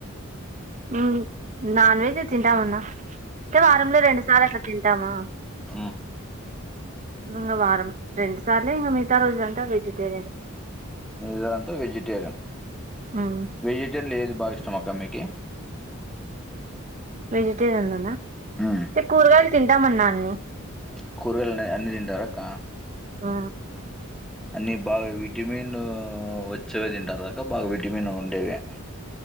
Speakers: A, on the right; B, in the centre.
A: హుమ్ నాన్ వెజ్జే తింటాం అన్న అయితే వారంలో రెండుసార్లు అట్లా తింటామా
B: హు
A: ఇంగ వారం రెండు సార్లే ఇంగ మిగతా రోజు లాంతా వెజిటేరియన్
B: మీతాదంత వెజిటేరియన్
A: హ్మ్.
B: వెజిటేరియన్ లొ ఏది బాగ ఇష్టం అక్క మీకి
A: వెజిటేరియన్ లోనా
B: మ్మ్
A: అంటే కూరగాయలు తింటామన్నా అన్నీ
B: ప్చ్ కూరగాయల్ అన్నీ తింటారా అక్క
A: ఆ
B: అన్నీ బాగా విటమిన్ వచ్చే వే తింటారు కధ అక్క బాగా విటమిన్ ఉండే వే